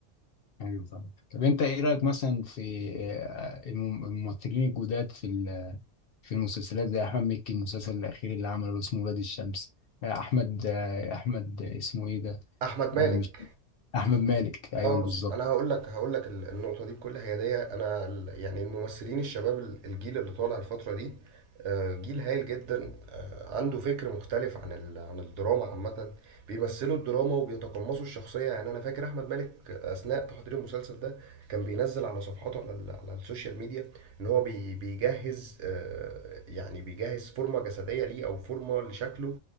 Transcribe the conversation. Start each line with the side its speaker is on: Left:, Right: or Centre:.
Left: ايوه طبعا طب انت ايه رايك مثلا في آه، الم- الممثلين الجداد في ال- في المسلسلات زي احمد مكي المسلسل الاخير اللي عمله اسمه ولاد الشمس آه، احمد آه، احمد اسمه ايه ده
Right: احمد مالك
Left: آه، مش احمد مالك ايوه
Right: اه
Left: بالظبط
Right: بص انا هقول لك هقول لك ال- النقطه دي بكل هياديه انا ال- يعني الممثلين الشباب ال- الجيل اللي طالع الفتره دي آه، جيل هايل جدا آه، عنده فكر مختلف عن ال- عن الدراما عامه بيمثلوا الدراما وبيتقمصوا الشخصيه يعني انا فاكر احمد مالك اثناء تحضير المسلسل ده كان بينزل على صفحاته على ال- على السوشيال ميديا ان هو بي- بيجهز آه، يعني بيجهز فورمه جسديه ليه او فورمه لشكله